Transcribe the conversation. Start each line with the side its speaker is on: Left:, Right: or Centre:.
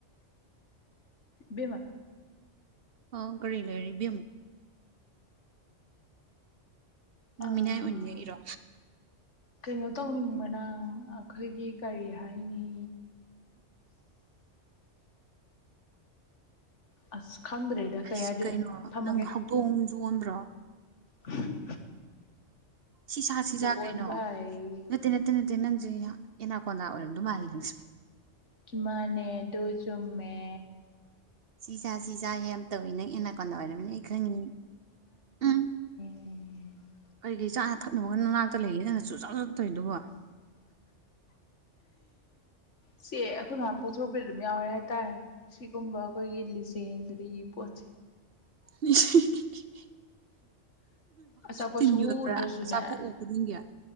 Left: ꯕꯦꯝꯃ
Right: ꯍꯥꯎ ꯀꯔꯤ ꯂꯩꯔꯤꯕꯦꯝ ꯅꯪ
Left: ꯑꯥ
Right: ꯃꯤꯅꯥꯏ ꯑꯣꯏꯅꯤꯡꯉꯛ ꯏꯔꯣ
Left: ꯀꯩꯅꯣ ꯇꯧꯅꯤꯡꯕ ꯅꯪ ꯑꯩꯈꯣꯏꯒꯤ ꯀꯔꯤ ꯍꯥꯏꯅꯤ
Right: <inaudible>
Left: ꯑꯁ ꯈꯪꯗ꯭ꯔꯦꯗ
Right: ꯑꯁ
Left: ꯀꯩ ꯍꯥꯏꯗꯣꯏꯅꯣ
Right: ꯀꯩꯅꯣ
Left: ꯊꯝꯃꯒꯦ
Right: ꯅꯪ ꯍꯧꯗꯣꯡ ꯌꯣꯟꯕ꯭ꯔꯣ
Left: ꯎ
Right: ꯁꯤ ꯁꯥ ꯁꯤꯖꯥ ꯀꯩꯅꯣ
Left: ꯑꯣꯟꯕ ꯍꯩ
Right: ꯅꯠꯇꯦ ꯅꯠꯇꯦ ꯅꯠꯇꯦ ꯅꯪ ꯑꯦꯅꯥꯀꯣꯟꯗꯥ ꯑꯣꯏꯔꯝꯗꯨ ꯃꯥꯜꯁ
Left: ꯀꯤꯃꯥꯅꯦ ꯗꯨꯖꯝꯃꯦ
Right: ꯁꯤ ꯆꯥ ꯁꯤ ꯆꯥ ꯌꯥꯝ ꯌꯥꯝ ꯇꯧꯏꯤ ꯅꯪ ꯑꯦꯅꯥ ꯀꯣꯟꯅꯥ ꯑꯣꯏꯔꯝꯅꯦ ꯑꯩ ꯈꯪꯉꯤ ꯎꯝ
Left: ꯎ
Right: ꯀꯔꯤ ꯀ ꯆꯥꯅ ꯊꯛꯅꯕꯒꯅ ꯅꯅꯥꯛꯇ ꯂꯩꯒ ꯅꯪꯁꯨꯨ ꯆꯥ ꯆꯠꯇꯣꯏꯗꯨꯕ
Left: ꯁꯤ ꯑꯩꯈꯣꯏ ꯃꯌꯥꯝ ꯄꯣꯛꯊꯣꯔꯄ ꯑꯗꯨꯝ ꯌꯥꯎꯔꯦ ꯍꯥꯏꯇꯥꯔꯦ ꯁꯤꯒꯨꯝꯕ ꯑꯩꯈꯣꯏꯒꯤ ꯂꯤꯖꯦꯟꯗꯔꯤ ꯄꯣꯁꯦ
Right: ꯁꯍꯍꯍ
Left: ꯑꯆꯥꯄꯣꯠ
Right: ꯇꯤꯟ
Left: ꯁꯨꯡꯎ
Right: ꯌꯣꯠꯄ꯭ꯔꯥ
Left: ꯎꯗ꯭ꯔꯁꯨꯅꯦ
Right: ꯑꯆꯥꯄꯣꯠ ꯎ ꯈꯨꯗꯤꯡꯒꯤ